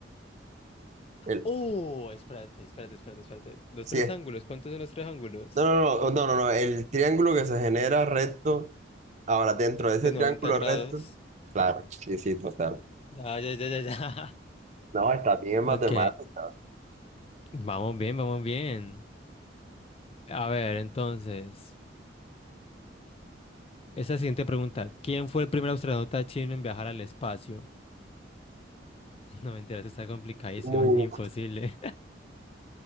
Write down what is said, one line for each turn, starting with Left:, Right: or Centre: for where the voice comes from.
Right: El,
Left: Oh, espérate, espérate, espérate, espérate. Los
Right: sí,
Left: tres
Right: es-
Left: ángulos, ¿cuántos son los tres ángulos?
Right: no, no, no, oh, no, no, no, el triángulo que se genera recto, ahora dentro de ese
Left: De
Right: triángulo
Left: 90 grados.
Right: recto, claro, sí, sí, total.
Left: Ya, ya, ya, ya, ya. <laughs>
Right: No, está bien en matemáticas.
Left: Ok, vamos bien, vamos bien. A ver, entonces, esa siguiente pregunta, ¿quién fue el primer astronauta chino en viajar al espacio? <laughs> No, mentira, eso está complicadísimo,
Right: Uh,
Left: es imposible.